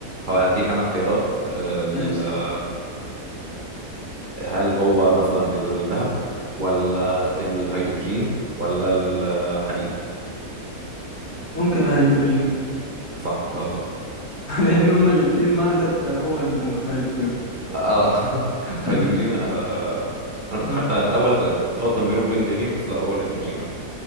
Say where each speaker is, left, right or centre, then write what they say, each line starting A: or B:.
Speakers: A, on the right (about 35°); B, on the left (about 45°).
A: هو هديك انا اختيارات آه...
B: ماشي
A: هل هو مثلا الذهب ولا الهيدروجين ولا الحديد
B: ممكن الهيدروجين
A: صح جاوب صح
B: <laughs> لأن هما الاتنين معدن فهو المختلف فيهم
A: اه <laughs>
B: <laughs>
A: الهيدروجين انا انا
B: آه.
A: كنت حتى الاول كنت مخلط ما بينه وما بين الهيليوم بس لا هو الهيدروجين آه،